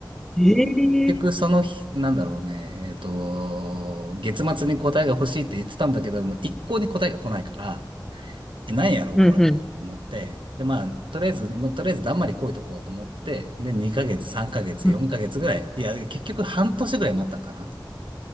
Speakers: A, in the centre; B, on the right.
A: えー、
B: 結局その日、なんだろうね、えっと、月末に答えが欲しいって言ってたんだけども、一向に答えが来ないから、え、何やろう、
A: うん、
B: これ、
A: うん、
B: と思って。で、まあ、とりあえず、もうとりあえずだんまり来いとこうと思って、で、2ヶ月、3ヶ月、
A: うん。
B: 4ヶ月ぐらい、いや、結局半年ぐらい待ったんかな。